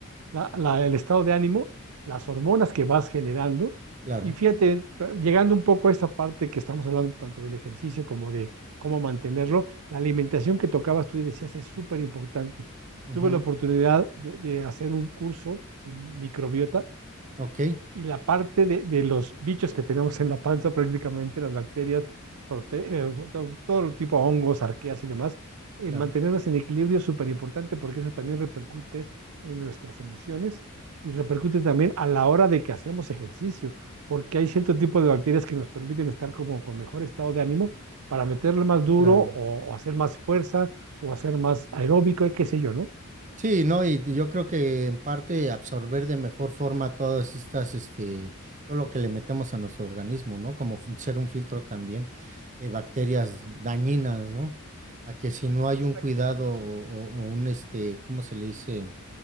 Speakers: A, on the right; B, on the right.
A: la- la- el estado de ánimo, las hormonas que vas generando.
B: Claro.
A: Y fíjate, llegando un poco a esta parte que estamos hablando tanto del ejercicio como de cómo mantenerlo, la alimentación que tocabas tú y decías es súper importante.
B: Ujú.
A: Tuve la oportunidad de, de hacer un curso en microbiota
B: Ok,
A: y la parte de, de los bichos que tenemos en la panza, prácticamente las bacterias, prote- eh, to- todo, tipo de hongos, arqueas y demás, eh,
B: claro,
A: mantenerlas en equilibrio es súper importante porque eso también repercute en nuestras emociones y repercute también a la hora de que hacemos ejercicio, porque hay cierto tipo de bacterias que nos permiten estar como con mejor estado de ánimo para meterle más duro
B: claro.
A: o, o hacer más fuerza o hacer más aeróbico y qué sé yo, ¿no?
B: Sí, ¿no? Y yo creo que en parte absorber de mejor forma todas estas, este, todo lo que le metemos a nuestro organismo, ¿no? Como fun- ser un filtro también de bacterias dañinas, ¿no? A que si no hay
A: Exacto.
B: un cuidado o, o- o un, este, ¿cómo se le dice?